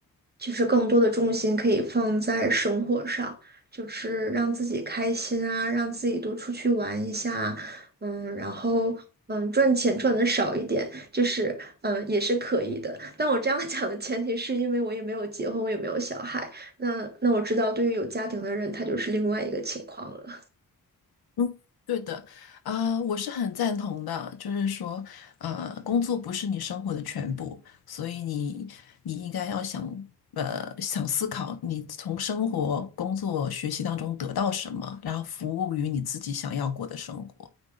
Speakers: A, on the right; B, on the left.
A: 就是更多的重心可以放在生活上，就是让自己开心啊，让自己多出去玩一下，嗯，然后。嗯，赚钱赚的少一点，就是嗯，也是可以的。但我这样讲的前提是因为我也没有结婚，我也没有小孩。那那我知道，对于有家庭的人，他就是另外一个情况了。
B: 嗯对的，啊、我是很赞同的，就是说，呃，工作不是你生活的全部，所以你你应该要想，呃，想思考你从生活、工作、学习当中得到什么，然后服务于你自己想要过的生活。